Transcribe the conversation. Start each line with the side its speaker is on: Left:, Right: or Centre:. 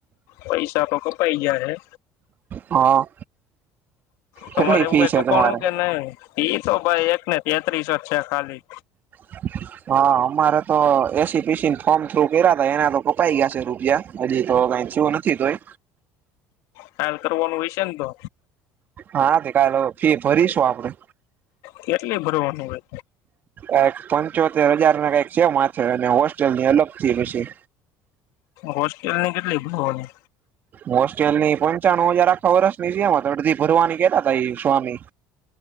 Left: પૈસા તો કપાઈ ગયા હે
Right: હા.
Left: તમારે
Right: કેટલી
Left: એવું
Right: ફી
Left: કઈ
Right: છે
Left: કપણવું
Right: તમારે
Left: કે નહી ઈ તો ભાઈ એક ને તેત્રી અજ છે ખાલી.
Right: <inaudible> હા અમારે તો એસી પી સી ફોર્મ થ્રુ કર્યા ત એના તો કપાઈ ગયા છે રૂપિયા હજી તો કઈ થીયુ નથી તો એ
Left: ખ્યાલ કરવાનું હોય છે ને તો
Right: હા દેખાએ લો ફી ફરીશું આપડે
Left: કેટલી ભરવાનું હોય
Right: આ એક પંચોતેર હજાર ના કઈક છે માથે અને હોસ્ટેલ ની અલગથી પછી.
Left: હોસ્ટેલની કેટલી ભરવાની
Right: હોસ્ટલની પંચાણું હજાર આ થા વરસ ની જે એમ તો અડધી ભરવાની કેતા તા એ સ્વામી